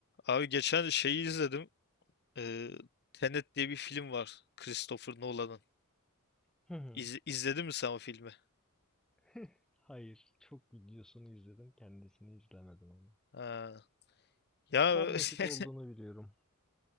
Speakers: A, on the left; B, in the centre.
A: Abi geçen şeyi izledim. Ee, Tenet diye bir film var. Christopher Nolan'ın.
B: Hı hı.
A: İzle, izledin mi sen o filmi?
B: <laughs> Hayır, çok videosunu izledim, kendisini izlemedim ama.
A: Ha. Ya
B: Karmaşık
A: <laughs>
B: olduğunu biliyorum.